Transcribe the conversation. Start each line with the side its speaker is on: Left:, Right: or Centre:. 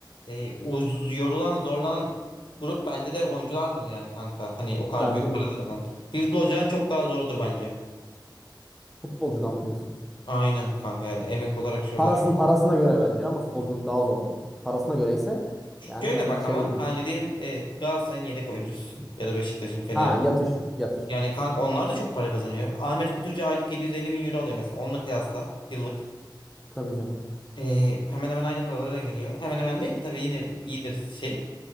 Left: E, uz, yorulan, zorlanan grup bence de oyunculardır yani kanka. Hani o kadar
Centre: Bence
Left: büyük paralar
Centre: de.
Left: alan. Futbolcudan çok daha zordur bence.
Centre: Futbolcudan mı diyorsun?
Left: Aynen kanka yani emek olarak şey
Centre: Parasını
Left: olarak.
Centre: parasına göre bence ama futbolculuk daha zordur. Parasına göre ise yani
Left: Şöyle
Centre: bence
Left: bak
Centre: şey
Left: ama hani diyelim e, Galatasaray'ın yedek oyuncususun ya da Beşiktaş'ın Fener'in.
Centre: Ha yatış yatış.
Left: Yani kanka onlar da çok para kazanıyor. Ahmet Kutucu aylık 750 bin euro alıyor mesela. Onunla kıyasla yıllık.
Centre: Tabii canım.
Left: Ee, hemen hemen aynı paralara geliyor. Hemen hemen değil tabii yine iyidir şey.